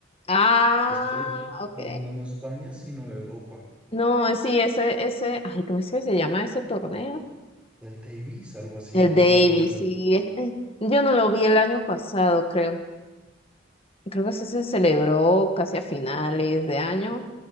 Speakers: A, on the left; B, in the centre.
A: Ah,
B: Es- eh,
A: ok.
B: no, no, no España, sino Europa.
A: No, eh, sí, ese, ese, ay, ¿cómo es que se llama ese torneo?
B: El Davis, algo así,
A: El
B: no,
A: Davis,
B: no recuerdo.
A: sí, es- eh, yo no lo vi el año pasado, creo. Creo que ese se celebró casi a finales de año